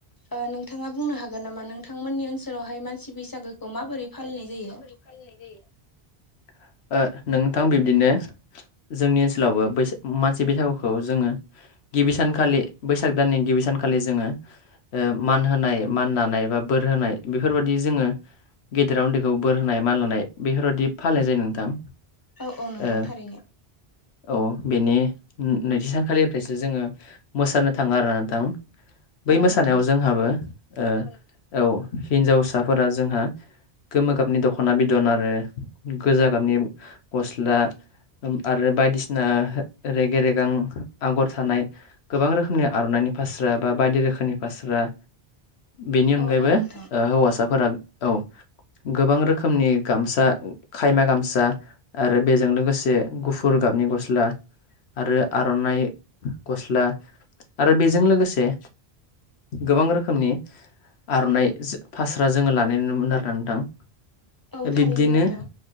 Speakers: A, on the left; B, on the left.
A: ओ नोंथाङा बुंनो हागोन नामा नोंथांमोननि ओनसोलावहाय मानसि बैसागोखौ माबोरै फालिनाय जायो
B: फालिनाय जायो ओ नोंथां बिब्दिनो जोंनि ओनसोलावबो बै मानसि बैसागुखौ जोङो गिबि सानखालि बैसाग दाननि गिबि सानखालि जोङो ओ मान होनाय मान लानाय बा बोर होनाय बेफोरबायदि जोङो गेदेराव उन्दैखौ बोर होनाय माल होनानाय बेफोरबायदि फालिनाय जायो नोंथां
A: औ औ नोंथां
B: ओ
A: थारैनो
B: औ बेनि नैथि सान खालिनिफ्रायसो जोङो मोसानो थाङो आरोना नोंथां बै
A: औ
B: मोसानायाव
A: नोंथां
B: जोंहाबो ओ औ हिन्जावसाफोरा जोंहा गोमो गाबनि दख'ना बिदन आरो गोजा गाबनि गस्ला आरो बायदिसिना रेगे रेगां आगर थानाय गोबां रोखोमनि आर'नाइनि फास्रा बा बायदि रोखोमनि फास्रा बेनि अनगायैबो
A: औ औ नोंथां
B: हौवासाफोरा औ गोबां रोखोमनि गामसा खायमा गामसा आरो बेजों लोगोसे गुफुर गाबनि गस्ला आरो आर'नाइ गस्ला आरो बेजों लोगोसे गोबां रोखोमनि आर'नाइ फास्रा जोङो लानाय नुनो मोनो आरोना नोंथां
A: औ थारैनो
B: बिब्दिनो
A: नोंथां